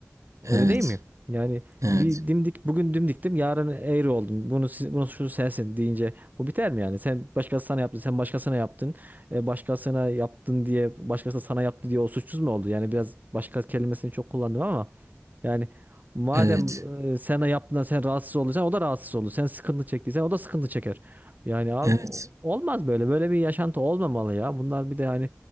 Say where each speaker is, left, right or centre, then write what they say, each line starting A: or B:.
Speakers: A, on the right; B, on the right.
A: Öyle
B: evet,
A: değil mi? Yani
B: evet,
A: bir dimdik bugün dimdiktim yarın eğri oldum. Bunu siz- bunun suçlusu sensin deyince bu biter mi yani? Sen başkasına sana yaptı, sen başkasına yaptın. E, başkasına yaptın diye başkası sana yaptı diye o suçsuz mu oldu? Yani biraz başka kelimesini çok kullandım ama yani madem
B: evet,
A: e, sana yaptığından sen rahatsız olacaksın o da rahatsız olur. Sen sıkıntı çektiysen o da sıkıntı çeker. Yani abi,
B: evet,
A: o- olmaz böyle. Böyle bir yaşantı olmamalı ya. Bunlar bir de hani